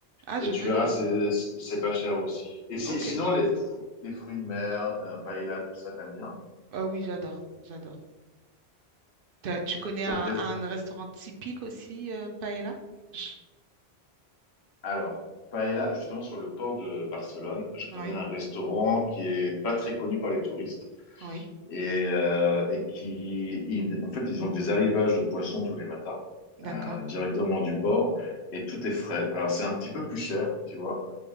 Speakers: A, on the right (about 65°); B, on the left (about 85°).
A: Ah, je
B: Et tu
A: veux
B: verras,
A: bien.
B: c'est c'est pas cher aussi. Et si,
A: Ok.
B: sinon, les, fr- les fruits de mer, euh, paella, tout ça, t'aimes bien?
A: Ah oui, j'adore, j'adore. T'as- tu connais
B: Tu
A: un,
B: as testé-
A: un restaurant typique aussi, euh, Paella? Je-
B: Alors, paella, justement, sur le port de Barcelone, je
A: Oui,
B: connais un restaurant qui est pas très connu par les touristes
A: oui,
B: et, euh, et qui, ils- en fait, ils ont des arrivages de poissons tous les matins,
A: d'accord.
B: euh, directement du port et tout est frais. Alors, c'est un petit peu plus cher, tu vois,